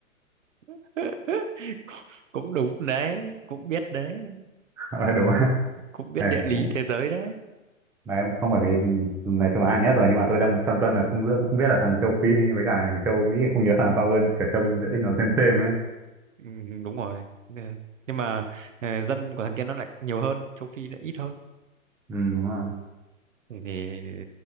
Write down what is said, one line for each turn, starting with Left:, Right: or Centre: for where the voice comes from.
Right: <laughs> cũng cũng đúng đấy, cũng biết đấy,
Centre: <laughs> Ờ, đúng không
Right: cũng biết
Centre: này
Right: địa lý
Centre: cũng
Right: thế giới đấy.
Centre: đấy không phải vì ừ, này châu Á là nhất rồi nhưng mà tôi đang phân vân là không biết không biết là thằng châu Phi với cả thằng châu Mỹ không nhớ thằng nào to hơn cả trông diện tích nó xem xem ấy
Right: Ừ, đúng rồi Ừ. nhưng mà ờ, dân của thằng kia nó lại nhiều hơn châu Phi nó ít hơn
Centre: ừ, đúng không
Right: thì, thì